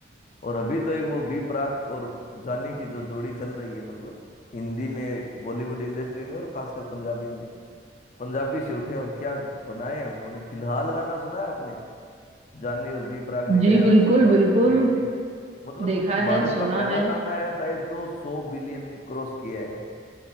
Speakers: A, on the left; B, on the right.
A: और अभी तो एक वो बी प्राक और जानी की जो जोड़ी चल रही है मतलब हिंदी में बॉलीवुड इंडस्ट्री में और खासकर पंजाबी में पंजाबी से उठे और क्या बनाए हैं उन्होंने फिलहाल गाना सुना है आपने जानी और बी प्राक ने
B: जी
A: गाया और
B: बिल्कुल
A: अक्षय कुमार
B: बिल्कुल
A: ने उस पे एक्टिंग मतलब
B: देखा
A: भारत
B: है सुना
A: का पहला
B: है
A: गाना है शायद जो सौ बिलियन क्रॉस किया है